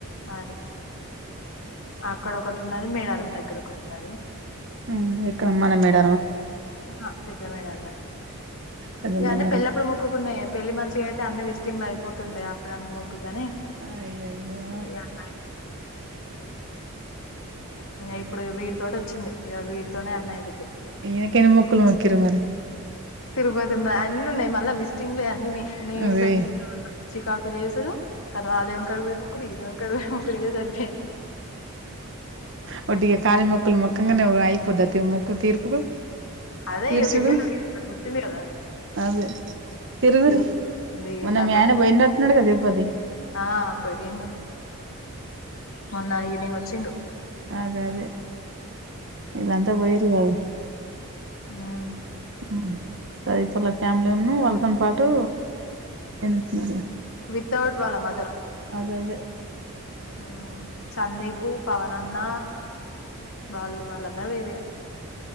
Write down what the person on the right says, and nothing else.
మ్ ఇక్కడ మన మేడ
పెద్ద
మేడారం
అయ్యయ్యో
నకేన్న మొకులు మొకిర మరి
అవే
వడ్డీగా కాలి మో మొక్కల మొక్కంగానే అయిపోద్ద మొక్క తీర్పుకు
తీర్చదు
అదే తిరుదురి
మన్న
మ్యాన పొయ చినడుగా తిరుపతి
అది అది వీళ్ళంతా పోయిర్రు కదా
హు సది పల ఫ్యామిలీ ఉన్న వాళ్ళసని పాటు ఏస్తున్నారు
అద అదే